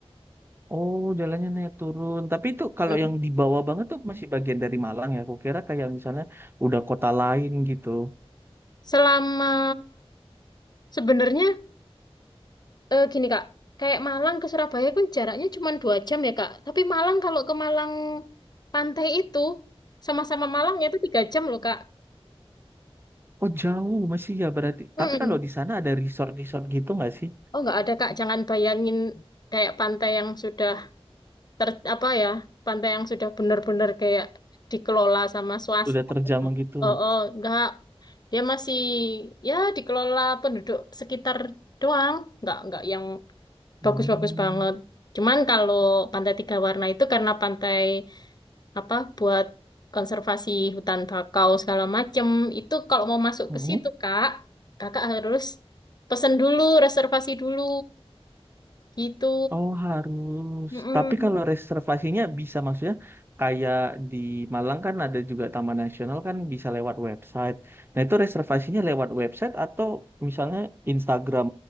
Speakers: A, on the right; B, on the left.
A: Oh, jalannya naik turun. Tapi itu kalau
B: Hmm.
A: yang di bawah banget tuh masih bagian dari Malang ya. Aku kira kayak misalnya udah kota lain gitu.
B: Selama sebenarnya eh, gini Kak, kayak Malang ke Surabaya kan jaraknya cuma dua jam ya Kak. Tapi Malang kalau ke Malang pantai itu sama-sama Malangnya itu tiga jam loh Kak.
A: Oh jauh masih ya berarti.
B: Mm-mm.
A: Tapi kalau di sana ada resort-resort gitu nggak sih?
B: Oh nggak ada Kak, jangan bayangin kayak pantai yang sudah ter apa ya, pantai yang sudah benar-benar kayak dikelola sama swasta.
A: Udah terjamah gitu.
B: Oh, oh, nggak. Dia masih ya dikelola penduduk sekitar doang, nggak nggak yang
A: Hmm.
B: bagus-bagus banget. Cuman kalau Pantai Tiga Warna itu karena pantai apa buat konservasi hutan bakau segala macem itu kalau mau masuk
A: Hmm.
B: ke situ kak kakak harus pesen dulu reservasi dulu gitu
A: Oh harus.
B: Mm-mm.
A: Tapi kalau reservasinya bisa maksudnya kayak di Malang kan ada juga Taman Nasional kan bisa lewat website. Nah itu reservasinya lewat website atau misalnya Instagram